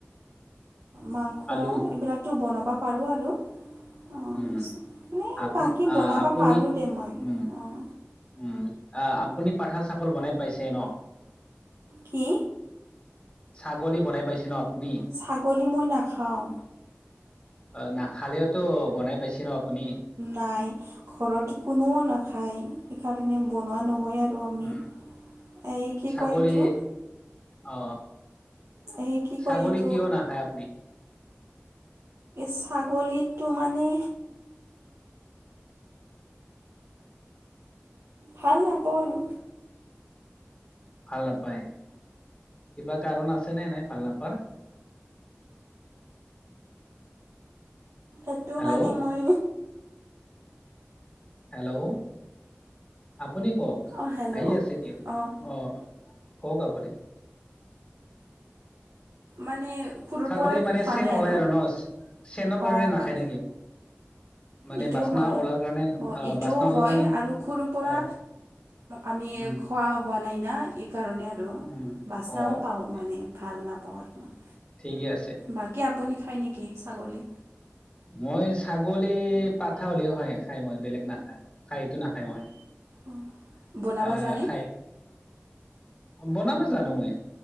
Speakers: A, on the right; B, on the left.
A: মাংস
B: আলু
A: এইবিলাকতো বনাব পাৰোঁ আৰু। অঁ
B: উম
A: নে
B: আপ
A: বাকী
B: আ,
A: বনাব
B: আপুনি
A: পাৰোঁ দে মই
B: উম
A: অঁ।
B: উম আপুনি পাঠা চাগল বনাই পাইছে ন?
A: কি?
B: ছাগলী বনাই পাইছে ন আপুনি
A: ছাগলী মই নাখাওঁ।
B: অ নাখালেওতো বনাই পাইছে ন আপুনি?
A: নাই। ঘৰত কোনো নাখায় সেইকাৰণে বনোৱা নহয় আৰু আমি।
B: উম,
A: এই কি
B: ছাগলী
A: কয় এইটো।
B: অ
A: এই কি
B: ছাগলী
A: কয় এইটো
B: কিয় নাখায় আপুনি?
A: ছাগলীটো মানে ভাল নাপাওঁ আৰু।
B: ভাল নাপায়, কিবা কাৰণ আছেনে এনে ভাল নাপাৰ?
A: এইটো
B: হেল্ল'
A: মানে মই
B: হেল্ল' আপুনি কওক
A: অঁ হেল্ল'
B: হাঁহি আছে কিয়?
A: অঁ
B: অ অ কওক আপুনি।
A: মানে হৰুৰ
B: ছাগলী
A: পৰাই
B: মানে
A: খোৱা
B: চেন
A: নাই
B: ওলাই
A: আৰু
B: ন চেনৰ কাৰণে
A: অঁ
B: নাখায়
A: হয়।
B: নেকি মানে
A: এইটো
B: বাচনা
A: হয়
B: ওলাৰ কাৰণে
A: অ এইটোও
B: বাচনা ওলাৰ
A: হয়
B: কাৰণে
A: আৰু সুৰৰ পৰা
B: অ
A: আমি
B: উম
A: খোৱা হোৱা নাই না, এইকাৰণে আৰু
B: উম
A: বাচনাও
B: অ
A: পাওঁ।
B: ঠিক-
A: মানে ভাল নাপাওঁ আৰু মই।
B: ঠিকে আছে।
A: বাকী আপুনি খায় নেকি ছাগলী?
B: মই ছাগলী পাঠা হ'লেও খাই খাই মই বেলেগ নাখায় খাইতো নাখায় মই।
A: অঁ, বনাব
B: আহ
A: জানে?
B: খাই বনাব জানো মই।